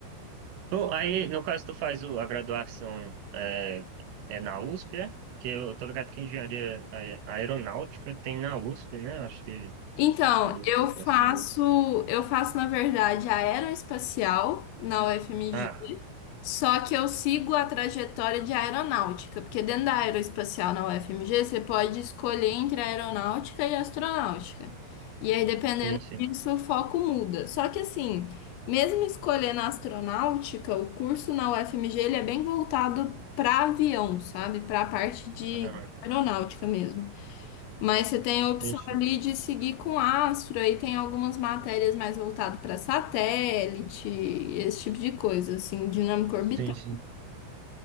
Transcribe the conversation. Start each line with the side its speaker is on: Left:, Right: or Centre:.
Right: Tu- aí, no caso, tu faz o- a graduação é, é na USP, é? Que eu tô ligado que engenharia ae- aeronáutica tem na USP, né? Acho que
Left: Então,
Right: um dos
Left: eu
Right: cursos
Left: faço,
Right: mais famosos.
Left: eu faço, na verdade, aeroespacial na UFMG.
Right: Ah,
Left: Só que eu sigo a trajetória de aeronáutica, porque dentro da aeroespacial na UFMG você pode escolher entre aeronáutica e astronáutica. E aí, dependendo
Right: sim, sim.
Left: disso, o foco muda. Só que assim, mesmo escolhendo astronáutica, o curso na UFMG ele é bem voltado para avião, sabe? Para a parte de
Right: Ah,
Left: de aeronáutica mesmo. Mas você tem a opção
Right: sim, sim.
Left: ali de seguir com astro, aí tem algumas matérias mais voltadas para satélite, esse tipo de coisa, assim, dinâmica orbital.
Right: Sim, sim.